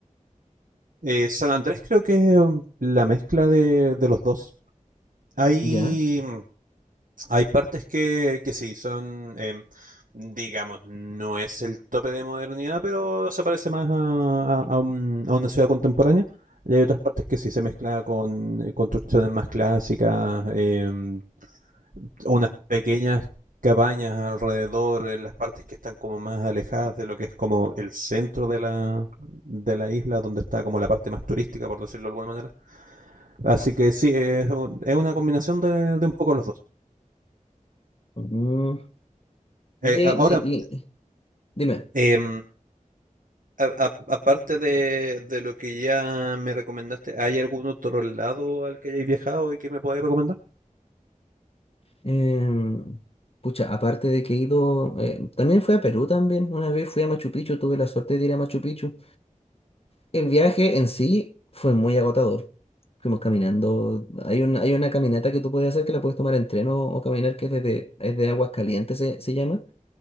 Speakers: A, on the right; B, on the left.
A: Eh, San Andrés creo que es um, la mezcla de, de los dos. Hay
B: ¿Ya?
A: mm, Hay partes que, que sí, son, eh, digamos, no es el tope de modernidad, pero se parece más a, a, a, un- a una ciudad contemporánea. Y hay otras partes que sí se mezcla con eh, construcciones más clásicas, eh, unas pequeñas cabañas alrededor, en las partes que están como más alejadas de lo que es como el centro de la, de la isla, donde está como la parte más turística, por decirlo de alguna manera. Así que sí, es, un- es una combinación de, de un poco los dos.
B: Mm.
A: Eh,
B: Oye,
A: a- ahora,
B: y, y- dime,
A: Em, a- a- aparte de, de lo que ya me recomendaste, ¿hay algún otro lado al que hayáis viajado y que me podáis recomendar?
B: em, pucha, aparte de que he ido, eh, también fui a Perú también, una vez fui a Machu Picchu, tuve la suerte de ir a Machu Picchu. El viaje en sí fue muy agotador. Fuimos caminando. Hay una, hay una caminata que tú puedes hacer que la puedes tomar en tren o, o caminar, que es desde, es de Aguas Calientes, se, se llama.